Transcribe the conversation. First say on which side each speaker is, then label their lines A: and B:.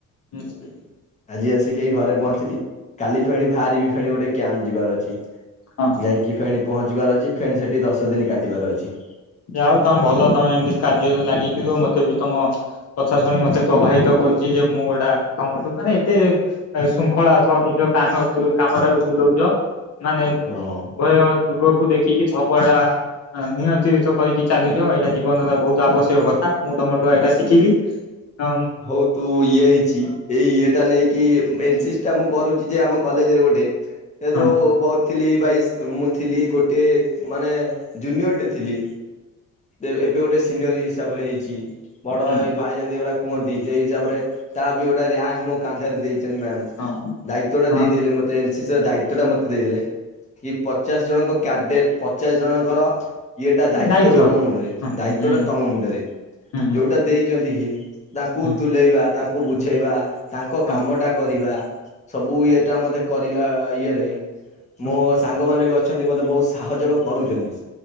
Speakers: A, on the left (about 55°); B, on the left (about 25°).
A: ହୁଁ ହୁଁ।
B: ଆଜି ଆସିକି ହେଇ ଘରେ ପହଞ୍ଚିଲି କାଲି ଫେଣି ବାହାରିବି ଫେଣି ଗୋଟାଏ କ୍ୟାମ୍ପ ଯିବାର ଅଛି।
A: ହଁ।
B: ଯାଇକି ଫେଣି ପହଞ୍ଚିବାର ଅଛି ଫେଣି ସେଠି ଦଶ ଦିନ କାଟିବାର ଅଛି।
A: ଯାହା ହୋଉ ତମେ ଭଲ ତମେ ଏମତି କାର୍ଯ୍ୟରେ ଲାଗେଇକି ଯିବ ମତେ ବି ତମ କଥା ଶୁଣି ମତେ ପ୍ରବାହିତ କରୁଛି ଯେ ମୁଁ ଗୋଟା ତମଠୁ ମାନେ ଏତେ ଶୃଙ୍ଖଳା ସହ ନିଜ କାମ କାମ ଟାକୁ ତୁଲାଉଛ। ମାନେ
B: ହଁ।
A: ଉଭୟ ଯୁଗକୁ ଦେଖିକି ସବୁଆଡେ ନିୟନ୍ତ୍ରିତ। କହିିକି ଚାଲିଛ ଏଇଟା ଜୀବନର ବହୁତ ଆବଶ୍ୟକ କଥା ମୁଁ ତମଠୁ ଏଇଟା ଶିଖିଲି। ହଁ
B: ହଉ ତୁ ଇଏ ହେଇଛି ଏଇ ଇଏଟା ନେଇକି ମେନ ଟା ମୁଁ କରୁଛି ଯେ ଆମ କଲେଜରେ ଗୋଟାଏ ସେ ଯୋଉ ଯେହେତୁ
A: ହଁ
B: ବହୁ ଥିଲି ବାଇସ ମୁଁ ଥିଲି ଗୋଟିଏ ମାନେ ଜୁନିଅରଟେ ଥିଲି। ଏବେ ଗୋଟିଏ ସିନିୟର ହିସାବରେ ହେଇଛି ବଡ
A: ହଁ
B: ଏଇ ଭାଇ ଯେମିତି ଗୋଟିଏ କୁହନ୍ତି ସେଇ ହିସାବରେ ତା ବି ଗୋଟିଏ ରଙ୍କ ମୋ କାନ୍ଧରେ ଦେଇଛନ୍ତି ମ୍ୟାମ।
A: ହଁ।
B: ଦାୟିତ୍ଵ ଟା
A: ହଁ
B: ଦେଇଦଲେ ମତେ ଏନ୍ସି ସି ର ଦାୟିତ୍ଵ ଟା ମତେ ଦେଇଦଲେ କି ପଚାଶ ଜଣଙ୍କ କ୍ୟାଡେଟ୍ ପଚାଶ ଜଣଙ୍କର ଇଏଟା ଦାୟିତ୍ଵ
A: ଦାୟିତ୍ୱ
B: ଟା ତମ
A: ହୁଁ
B: ମୁଣ୍ଡରେ ଦାୟିତ୍ଵ
A: ହୁଁ
B: ଟା ତମ ମୁଣ୍ଡରେ
A: ହୁଁ
B: ଯୋଉଟା ଦେଇ ତା ତୁଲ ତାକୁ
A: ହୁଁ
B: ତୁଲେଇବା ତାଙ୍କୁ ବୁଝେଇବା ତାଙ୍କ
A: ହଁ
B: କାମଟା କରିବା ସବୁ ଇଏ ଟା ମତେ କରିଲା ଇଏରେ
A: ହଁ
B: ମୋ ସାଙ୍ଗ ମାନେ ବି ଅ ଅଛନ୍ତି ମୋତେ ବହୁତ ସହଯୋଗ କରୁଛନ୍ତି